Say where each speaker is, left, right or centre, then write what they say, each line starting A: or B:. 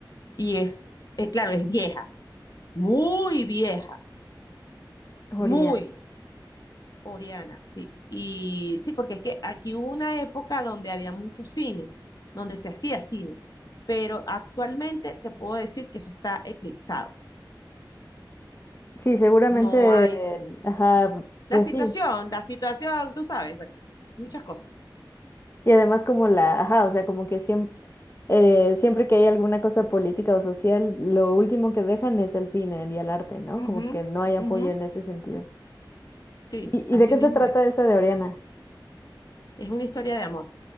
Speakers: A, on the left; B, on the left.
A: y es, eh, claro, es vieja, muy vieja,
B: Oriana.
A: Muy Oriana, sí. Y sí, porque es que aquí hubo una época donde había mucho cine, donde se hacía cine, pero actualmente te puedo decir que eso está eclipsado.
B: Sí, seguramente,
A: No hay
B: ajá, pues
A: la situación,
B: sí,
A: la situación, tú sabes, bueno, muchas cosas.
B: Y además como la, ajá, o sea, como que siempre, siempre que hay alguna cosa política o social, lo último que dejan es al cine y al arte, ¿no? Como
A: Ujú,
B: que no hay apoyo
A: ujú,
B: en ese sentido.
A: Sí,
B: ¿Y,
A: así
B: y de qué
A: mismo
B: se trata
A: es.
B: esa de Oriana?
A: Es una historia de amor.